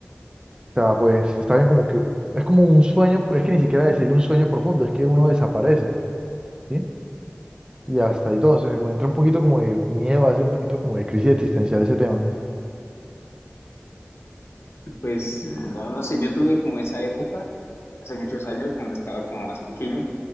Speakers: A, on the right (about 20°); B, on the left (about 85°).
A: sea, pues está bien como que, es como un sueño, es que ni siquiera decirle un sueño profundo, es que uno desaparece, ¿sí? Y hasta ahí todo, entonces me entra un poquito como de miedo, hace un poquito como de crisis existencial ese tema.
B: Pues no, no sé, yo tuve como esa época, hace muchos años, cuando estaba como más pequeño.